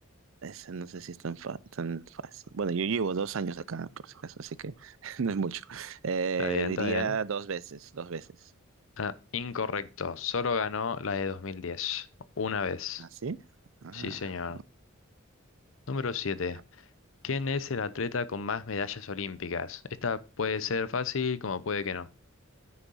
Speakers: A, on the right (about 65°); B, on the left (about 65°).
A: esa no sé si es tan, fa- tan fácil. Bueno, yo llevo dos años acá, por si acaso, así que <laughs> no es mucho. Eh,
B: Está bien,
A: diría
B: está bien.
A: dos veces, dos veces.
B: Ah, incorrecto. Solo ganó la de 2010. Una vez.
A: ¿Ah, sí? Ah,
B: Sí, señor. Número siete.
A: ya.
B: ¿Quién es el atleta con más medallas olímpicas? Esta puede ser fácil como puede que no.